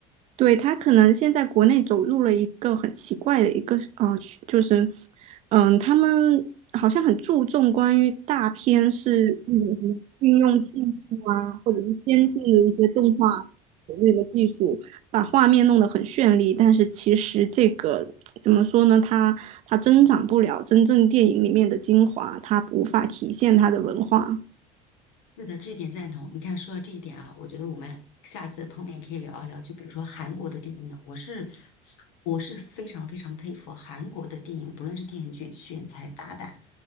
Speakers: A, on the right (about 45°); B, on the left (about 80°).
A: 对，他可能现在国内走入了一个很奇怪的一个啊、呃就是，嗯，他们好像很注重关于大片是那个什么运用技术啊，或者是先进的一些动画所谓的技术，把画面弄得很绚丽，但是其实这个怎么说呢？它它增长不了真正电影里面的精华，它无法体现它的文化。
B: 是的，这一点赞同。你看，说到这一点啊，我觉得我们下次碰面可以聊一聊，就比如说韩国的电影，我是我是非常非常佩服韩国的电影，不论是电视剧选材大胆。